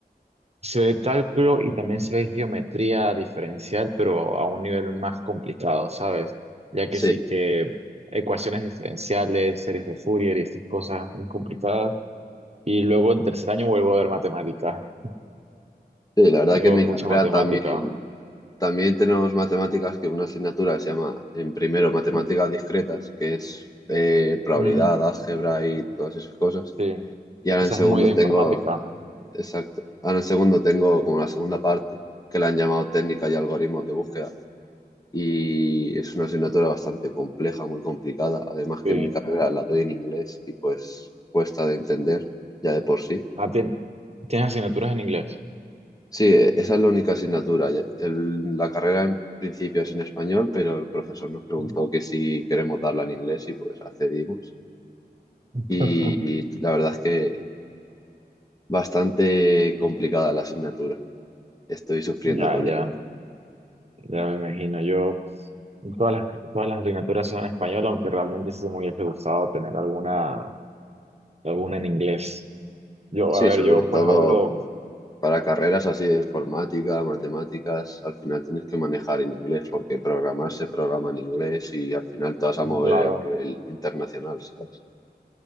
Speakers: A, on the right; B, on the left.
A: Se ve cálculo y también se ve geometría diferencial, pero a un nivel más complicado, ¿sabes? Ya
B: sí,
A: que sí que ecuaciones diferenciales, series de Fourier y estas cosas muy complicadas. Y luego en tercer año vuelvo a ver matemática. <laughs>
B: sí, la verdad
A: Tengo
B: que en mi
A: mucha
B: carrera
A: matemática.
B: también, también tenemos matemáticas, que una asignatura que se llama en primero matemáticas discretas, que es eh, probabilidad,
A: Mm,
B: álgebra y todas esas cosas.
A: sí,
B: Y ahora
A: esa
B: en segundo
A: es muy de
B: tengo,
A: informática.
B: exacto, ahora en segundo tengo como la segunda parte, que la han llamado técnica y algoritmos de búsqueda y es una asignatura bastante compleja, muy complicada. Además
A: Sí.
B: que en mi carrera la doy en inglés y pues cuesta de entender ya de por sí.
A: Ah, tien- ¿tienes asignaturas en inglés?
B: Sí, eh, esa es la única asignatura. Ya- el- la carrera en principio es en español, pero el profesor nos preguntó
A: Mm.
B: que si queremos darla en inglés y pues accedimos.
A: <laughs>
B: Y la verdad es que bastante complicada la asignatura. Estoy sufriendo
A: Ya,
B: con
A: ya.
B: ella.
A: Ya me imagino, yo todas las, todas las asignaturas son en español, aunque realmente sí me hubiese gustado tener alguna, alguna en inglés. Yo,
B: Sí,
A: a ver,
B: sobre
A: yo
B: todo
A: pues hablo,
B: Para carreras así de informática, matemáticas, al final tienes que manejar en inglés porque programar se programa en inglés y al final te vas
A: mm,
B: a mover
A: claro,
B: a nivel internacional, ¿sabes?